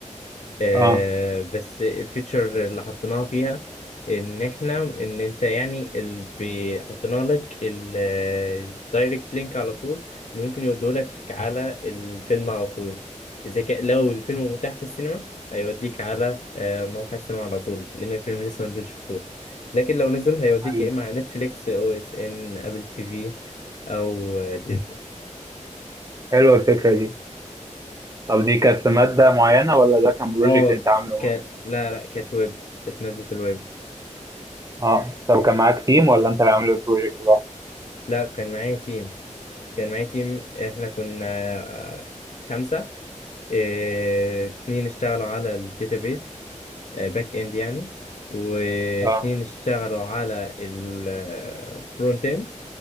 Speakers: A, on the left; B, on the right.
A: آه
B: اه
A: بس الفيتشر اللي حطيناها فيها ان احنا ان انت يعني اللي حطينا لك الدايركت لينك على طول اللي ممكن يودولك على الفيلم على طول اذا كان لو الفيلم متاح في السينما هيوديك على آه، موقع السينما على طول لان الفيلم لسه ما نزلش في السوق لكن لو نزل هيوديك
B: ايوه
A: يا اما على نتفليكس او اس ان ابل تي في او آه، ديزني
B: حلوه الفكره دي طب دي كانت في ماده معينه ولا ده كان بروجكت
A: اه
B: انت عامله
A: ك...
B: معاه
A: لا لا كانت ويب كانت مادة الويب
B: اه طب كان معاك تيم ولا انت اللي عامل البروجكت لوحدك
A: لا كان معايا تيم جامعتي احنا كنا آه، خمسة إيه، اتنين اشتغلوا على الداتابيز باك اند يعني واتنين
B: اه
A: اشتغلوا على الفرونت اند